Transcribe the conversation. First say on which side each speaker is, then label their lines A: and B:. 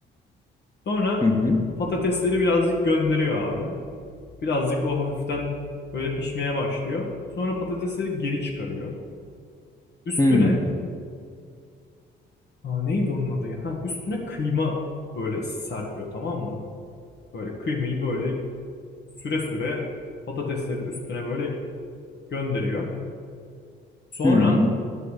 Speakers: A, on the left; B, on the left.
A: Sonra
B: hı
A: bu patatesleri birazcık gönderiyor abi. Birazcık o hafiften böyle pişmeye başlıyor. Sonra patatesleri geri çıkarıyor. Üstüne
B: hı
A: Aa, neydi onun adı ya? Ha, üstüne kıyma böyle serpiyor tamam mı? Böyle kıymayı böyle süre süre patateslerin üstüne böyle gönderiyor. Sonra
B: hı